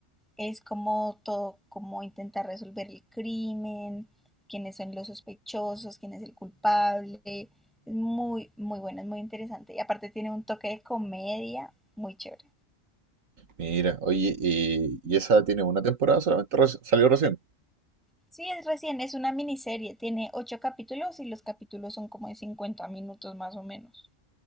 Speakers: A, in the centre; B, on the right.
A: es como todo, como intentar resolver el crimen, quiénes son los sospechosos, quién es el culpable. Es muy, muy buena, es muy interesante. Y aparte tiene un toque de comedia muy chévere.
B: Mira, oye, y, y esa tiene una temporada solamente, reci- salió recién.
A: Sí, es recién, es una miniserie, tiene ocho capítulos y los capítulos son como de 50 minutos más o menos.